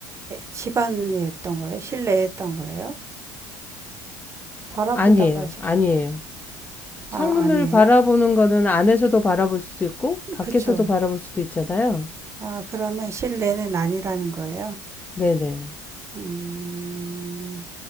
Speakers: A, on the right; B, on the left.
A: 집안이 했던 거예요? 실내에 했던 거예요? 바라보다가
B: 아니에요
A: 저-
B: 아니에요
A: 아,
B: 창문을
A: 아니에요?
B: 바라보는 거는 안에서도 바라볼 수도 있고 밖에서도
A: 그쵸.
B: 바라볼 수도 있잖아요
A: 아, 그러면 실내는 아니라는 거예요?
B: 네네
A: 음,